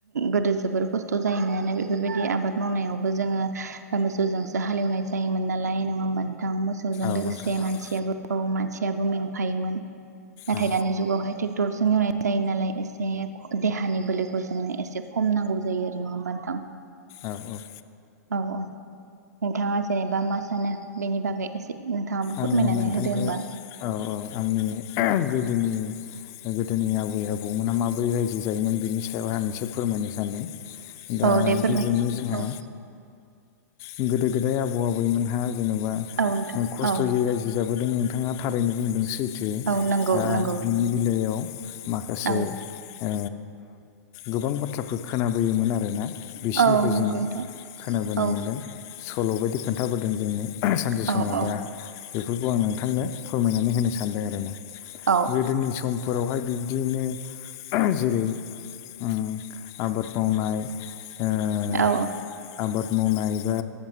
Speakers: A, on the right (about 70°); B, on the left (about 30°).
A: गोदो जोबोर खस्थ जायोनानो बेफोरबायदि आबाद मावनायावबो। जोङो मोसौजोंसो हालेवनाय जायोमोन नालाय नङा होनबा‌ नों नोंथां मोसौजों
B: औ
A: लोगोसे
B: नोंथां औ
A: मानसियाबो औ मानसियाबो मेंफायोमोन। नाथाय
B: औ
A: दानि जुगावहाय ट्रेक्टरजों एवनाय जायो नालाय एस बे देहानि बोलोखौ जोंनो एसे खम नांगौ जायो आरो नङा होशबा‌ नोंथां।
B: औ-औ
A: औ-औ नोंथाङा जेनेबा मा सानो बेनि बागै एसे। नोंथाङाबो फोरमायनानै
B: आङो नोंथांनो
A: होदो होमबा
B: औ औ आंनि गोदोनि। गोदोनि आबै आबौमोना माबोरै रायजो जायोमोन बिनि सायाव आं एसे फोरमायनो सानदों। दा
A: औ दे फोरमाय
B: गिबियावनो जोंहा
A: औ
B: ओ-गोदो गोदाय आबौ आबैमोनहा जेनबा
A: औ नोंथां
B: खस्थयै
A: औ
B: रायजो जाबोदों नोंथाङा थारैनो बुंदों सै सैथो
A: औ नंगौ
B: दा
A: नंगौ
B: बिनि बेलायाव माखासे
A: औ
B: ओ गोबां बाथ्राफोर खोनाबोयोमोन आरोना बिसोरनिफ्राय
A: औ नंगौ
B: जोङो
A: नोंथां
B: खोनाबोनो
A: औ
B: मोनदों। सल बायदि खोन्थाबोदों जोंनो सानसे
A: औ
B: समाव
A: औ
B: दा बेफोरखौ आं नोंथांनो फोरमायनानै होनो सानदों आरो ना
A: औ
B: गोदोनि सम फोरावहाय बिब्दिनो ओह-जेरै उम आबाद मावनाय ओ-आबाद
A: औ
B: मावनाय बा